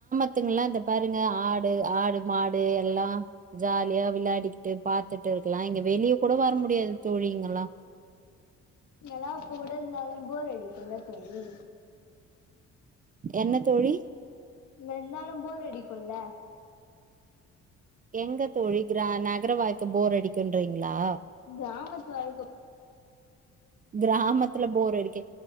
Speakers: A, on the right; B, on the left.
A: இதுங்களா இந்த பாருங்க ஆடு ஆடு மாடு எல்லா ஜாலியா விளையாடிக்கிட்டு பாத் துட்டு இருக்கலா இங்க வெளியே கூட வர முடியாது தோழி இங்களா
B: எல்லாத் கூட இருந்தாலு போர் அடிக்கும்ல தோழி
A: என்ன தோழி
B: இங்க இருந்தாலு போர் அடிக்கும்ல
A: எங்க தோழி கிரா நகர வாழ்க்க போர் அடிக்குன்றீங்களா
B: கிராமத்து வாழ்க்க
A: கிராமத்துல போரடிக்கே